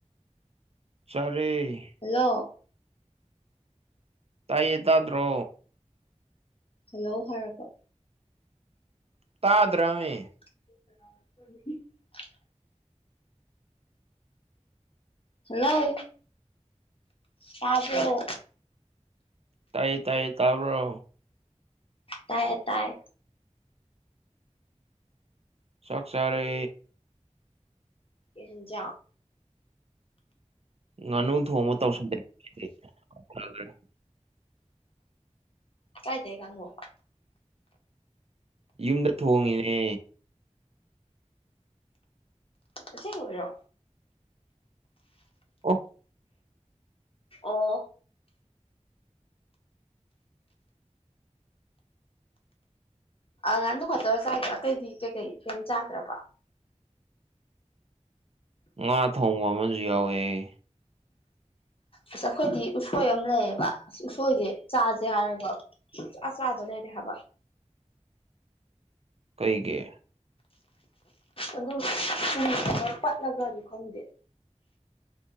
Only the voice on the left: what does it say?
ꯍꯜꯂꯣ꯫
ꯍꯜꯂꯣ ꯍꯥꯏꯔꯒ꯫
<inaudible> ꯍꯜꯂꯣ ꯇꯥꯕ꯭ꯔꯣ꯫
ꯇꯥꯏꯌꯦ ꯇꯥꯔꯦ
ꯀꯩ ꯍꯦꯟꯖꯥꯡ
ꯀꯥꯢꯗꯩ ꯉꯥꯅꯨ
ꯑꯁꯦꯡ ꯕꯩꯔꯣ
ꯑꯣ꯫ ꯑ ꯉꯥꯡꯗꯨꯈꯠꯇꯔꯣ ꯆꯥꯏꯗꯣ ꯑꯇꯩꯗꯤ ꯀꯩꯀꯩ ꯀꯩꯃ ꯆꯥꯗ꯭ꯔꯕꯣ꯫ <inaudible>
ꯑꯁ ꯑꯩꯈꯣꯏꯗꯤ ꯎꯁꯣꯏ ꯑꯃ ꯂꯩꯌꯦꯕ ꯑꯁ ꯎꯁꯣꯏꯁꯦ ꯆꯥꯁꯦ ꯍꯥꯏꯔꯒ꯫ ꯁꯨꯡꯆꯥ ꯆꯥꯥꯗ ꯂꯩꯔꯦ ꯍꯥꯏꯕ꯫
ꯑꯗꯨꯕꯨ ꯄꯨꯝꯃꯕꯥꯔ ꯄꯠꯂꯕꯔꯁꯨ ꯈꯪꯗꯦ꯫